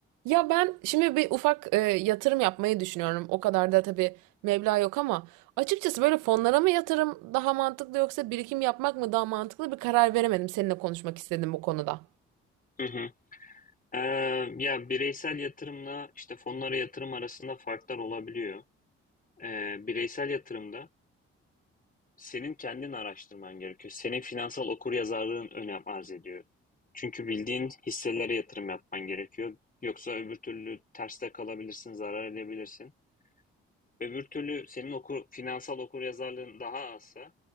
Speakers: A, on the right; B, on the left.
A: Ya ben şimdi bir ufak e, yatırım yapmayı düşünüyorum. O kadar da tabii meblağ yok ama açıkçası böyle fonlara mı yatırım daha mantıklı yoksa birikim yapmak mı daha mantıklı bir karar veremedim. Seninle konuşmak istedim bu konuda.
B: Hı hı. Ee, ya bireysel yatırımla işte fonlara yatırım arasında farklar olabiliyor. Ee, bireysel yatırımda senin kendin araştırman gerekiyor. Senin finansal okuryazarlığın önem arz ediyor. Çünkü bildiğin hisselere yatırım yapman gerekiyor. Yoksa öbür türlü terste kalabilirsin, zarar edebilirsin. Öbür türlü senin okur, finansal okuryazarlığın daha azsa